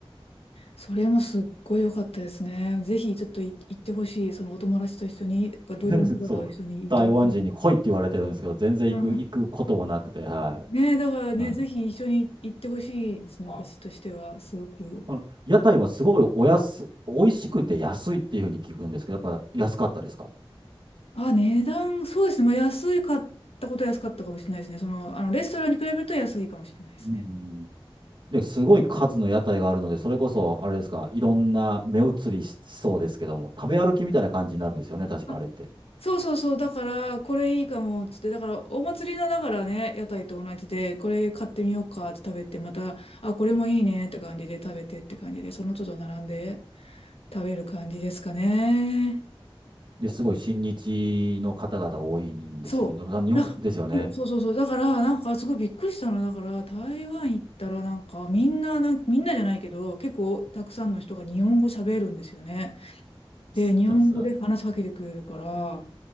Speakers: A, on the left; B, on the right.
A: それもすっごい良かったですね。ぜひ、ちょっとい行ってほしい、そのお友達と一緒に、同僚の方と一緒に行ってほしい。
B: <laughs> そう。台湾人に来いって言われてるんですけど、全然行く、
A: うん。
B: 行くこともなくて、は
A: ねえ、だからね、
B: い。なんで。
A: ぜひ一緒に行ってほしいですね、私としては、すごく。
B: あの、屋台もすごいお安、美味しくて安いっていうふうに聞くんですけど、やっぱ安かったですか
A: あ、値段、そうですね。まあ、安いかったことは安かったかもしれないですね。その、あの、レストランに比べると安いかもしれないですね。
B: うん。で、すごい数の屋台があるので、それこそ、あれですか、いろんな目移りしそうですけども、食べ歩きみたいな感じになるんですよね、確かあれって。
A: あ、そうそうそう。だから、これいいかも、つって。だから、お祭りのだからね、屋台と同じで、これ買ってみようかって食べて、また、あ、これもいいねって感じで食べてって感じで、その都度並んで食べる感じですかね。
B: で、すごい親日の方々が多いんですよね。
A: そう。
B: 日本ですよね。
A: なんかそうそうそうそう。だから、なんかすごいびっくりしたの。だから、台湾行ったら、なんかみんな、なんみんなじゃないけど、結構たくさんの人が日本語喋るんですよね。で、
B: そうです。
A: 日本語で話しかけてくれるから、